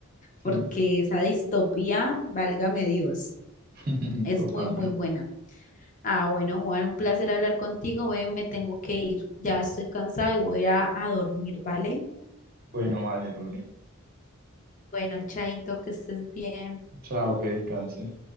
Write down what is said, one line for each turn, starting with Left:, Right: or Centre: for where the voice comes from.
Right: Sí,
Left: Porque esa distopía, válgame Dios.
Right: <laughs>
Left: Es
Right: totalmente.
Left: muy, muy buena. Ah, bueno, Juan, un placer hablar contigo. Ve, me tengo que ir. Ya estoy cansada y voy a, a dormir, ¿vale?
Right: Bueno, vale, Lore.
Left: Bueno, Chaito, que estés bien.
Right: Chao, que descanses.